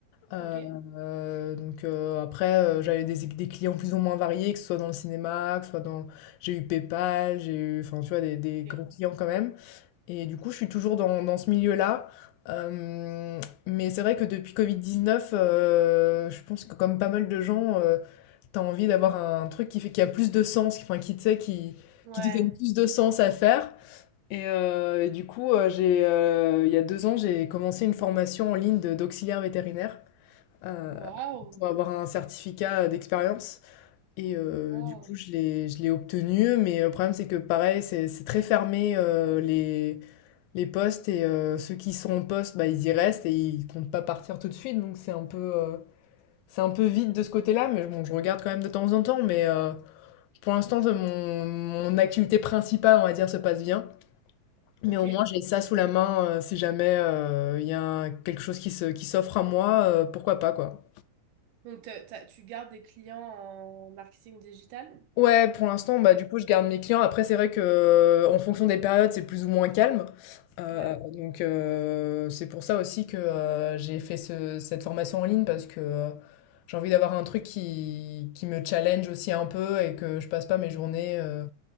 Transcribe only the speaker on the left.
Euh,
euh, donc, euh, après, euh, j'avais des, des clients plus ou moins variés, que ce soit dans le cinéma, que ce soit dans... J'ai eu PayPal, j'ai eu, enfin, tu vois, des, des gros
clients quand même. Et du coup, je suis toujours dans, dans ce milieu-là. Euh, mais c'est vrai que depuis Covid-19, euh, je pense que comme pas mal de gens... euh, T'as envie d'avoir un truc qui fait qui a plus de sens, qui, enfin, qui, tu sais, qui,
qui te donne plus de sens à faire. Et, euh, et du coup, euh, j'ai, euh, il y a deux ans, j'ai commencé une formation en ligne de- d'auxiliaire vétérinaire euh,
pour avoir un certificat d'expérience. Et euh,
du coup, je l'ai, je l'ai obtenu. Mais le problème, c'est que pareil, c'est c'est très fermé euh, les, les postes. Et euh, ceux qui sont en poste, bah, ils y restent et ils comptent pas partir tout de suite. Donc c'est un peu, euh, c'est un peu vide de ce côté-là. Mais bon, je regarde quand même de temps en temps. Mais, euh, pour l'instant, mon, mon activité principale, on va dire, se passe bien. Mais
au moins, j'ai ça sous la main euh, si jamais euh, il y a un- quelque chose qui se, qui s'offre à moi, euh, pourquoi pas, quoi.
Ouais, pour l'instant, bah,
du coup, je garde mes clients. Après, c'est vrai que euh, en fonction des périodes, c'est plus ou moins calme. Euh,
donc, euh, c'est pour ça aussi que euh, j'ai fait ce- cette formation en ligne parce que euh, j'ai envie d'avoir un truc qui, qui me challenge aussi un peu et que je passe pas mes journées. euh,